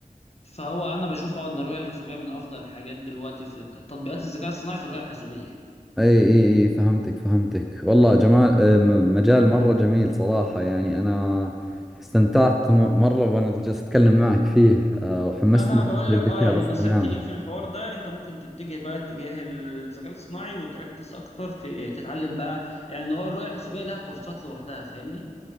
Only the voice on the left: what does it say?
فهو انا بشوف اه ان الرؤيه الحاسوبيه من افضل الحاجات دلوقتي في تطبيقات الذكاء الصناعي في الرؤيه الحاسوبيه
فانا
بقول
لك اه يعني
نصيحتي ليك في الحوار ده انت ممكن تتجه بقى اتجاه الذكاء الصناعي وتركز اكتر في تتعلم بقى يعني ان هو الرؤيه الحاسوبيه لها كورسات لوحدها فاهمني